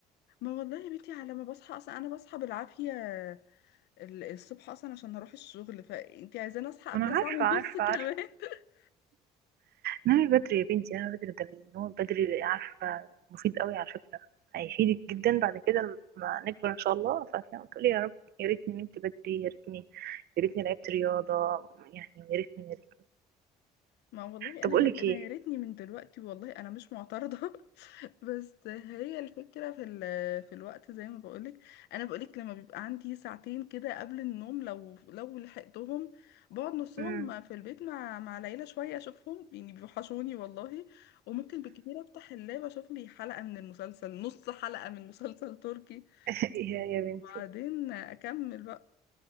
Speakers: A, on the left; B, on the right.
A: ما والله يا بنتي على ما بصحى اصلا انا بصحى بالعافيه ال- الصبح اصلا عشان اروح الشغل فانتي عايزاني اصحى قبلها
B: انا عارفة
A: ساعه ونص
B: عارفة عارفة
A: كمان <laughs>
B: نامي بدري يا بنتي نامي بدري ده النوم بدري عارفة مفيد قوي على فكرة هيفيدك جدا بعد كده لما نكبر ان شاء الله فهتلاقي وتقولي يا رب يا ريتني نمت بدري يا ريتني يا ريتني لعبت رياضة يعني يا ريتني يا ريتني
A: ما والله
B: طب
A: انا
B: اقول
A: يا-
B: لك
A: انا
B: ايه
A: يا ريتني من دلوقتي والله انا مش معترضه <laughs> بس هي الفكره في ال- في الوقت زي ما بقولك انا بقولك لما بيبقى عندي ساعتين كده قبل النوم لو لو لحقتهم بقعد نصهم
B: امم
A: في البيت مع مع العيله شويه اشوفهم يعني بيوحشوني والله وممكن بالكتير افتح اللاب اشوف لي حلقه من المسلسل نص حلقه من مسلسل تركي
B: <laughs> يا يا بنتي
A: وبعدين اكمل بقى